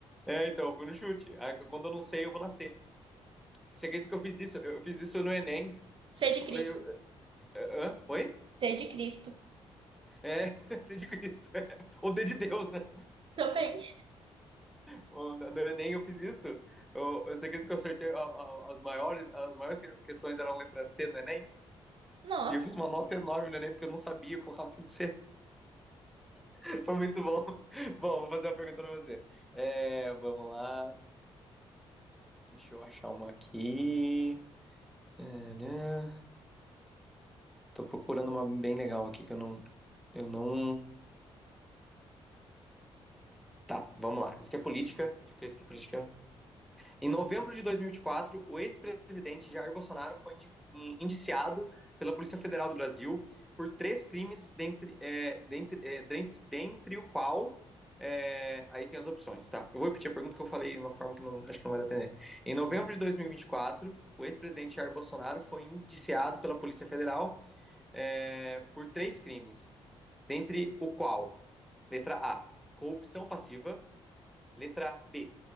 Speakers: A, in the centre; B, on the right.
A: É, então, eu fui no chute. Ah, quando eu não sei, eu vou nascer. Você acredita que eu fiz isso? Eu eu fiz isso no Enem.
B: Sei de
A: Eu
B: Cristo.
A: falei, eu- hã? Oi?
B: Sei de Cristo.
A: É, <laughs> sei de Cristo. <laughs> Ou D de Deus, né?
B: Também.
A: Ou, no Enem eu fiz isso. Eu, eu sei que eu acertei a- a- as maiores, as maiores que- as questões eram letra C no Enem.
B: Nossa.
A: E eu fiz uma nota enorme no Enem, porque eu não sabia, eu colocava tudo C. <laughs> Foi muito bom. <laughs> Bom, vou fazer uma pergunta pra você. É, vamos lá. Deixa eu achar uma aqui. Tadã. Tô procurando uma bem legal aqui que eu não. Eu não. Tá, vamos lá. Isso aqui é política. Porque isso aqui é política. Em novembro de 2024, o ex-presidente Jair Bolsonaro foi indiciado pela Polícia Federal do Brasil por três crimes, dentre, é, dentre, é, dentre, dentre, o qual. É, aí tem as opções, tá? Eu vou repetir a pergunta que eu falei de uma forma que não, acho que não vai depender. Em novembro de 2024, o ex-presidente Jair Bolsonaro foi indiciado pela Polícia Federal é, por três crimes, dentre o qual, letra A, corrupção passiva, letra B,